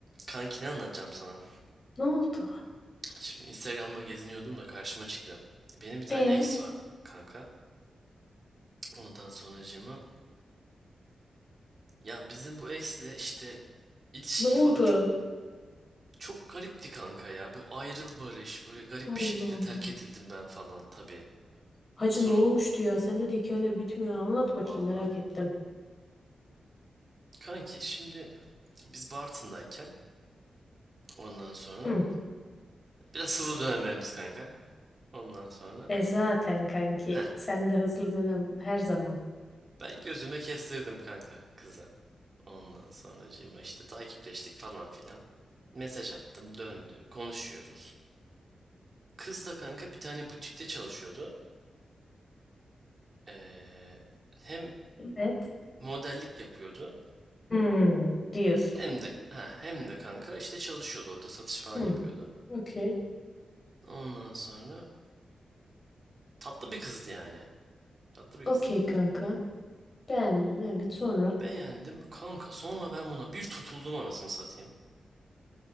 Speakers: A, on the right (about 35°); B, on the left (about 25°).
A: Kanki ne anlatacağım sana?
B: Ne oldu?
A: Şimdi Instagram'da geziniyordum da karşıma çıktı. Benim bir tane
B: E
A: ex vardı kanka. Ondan sonracığıma ya bizim bu ex'le işte ilişki
B: Ne oldu?
A: falan çok çok garipti kanka ya. Böyle ayrıl barış, böyle garip
B: Allah
A: bir şekilde
B: Allah.
A: terk edildim ben falan tabii.
B: Hacı
A: Sonra
B: ne olmuştu ya? Sende de hikayeler bitmiyor. Anlat bakayım
A: vallahi
B: merak ettim.
A: kanki şimdi biz Bartın'dayken ondan sonra
B: Hı.
A: biraz hızlı dönemlerimiz kanka. Ondan sonra
B: E zaten kanki
A: heh
B: sen de hızlı dönem her zaman.
A: ben gözüme kestirdim kanka kızı. Ondan sonracığıma işte takipleştik falan filan. Mesaj attım döndü. Konuşuyoruz. Kız da kanka bir tane butikte çalışıyordu. Ee, hem
B: Evet.
A: modellik yapıyordu
B: Hmm, diyorsun.
A: hem de ha, hem de kanka işte çalışıyordu orada satış falan
B: Hı,
A: yapıyordu.
B: okey.
A: Ondan sonra tatlı bir kızdı yani. Tatlı bir
B: Okey
A: kızdı.
B: kanka. Beğendim evet sonra.
A: Beğendim kanka sonra ben buna bir tutuldum anasını satayım.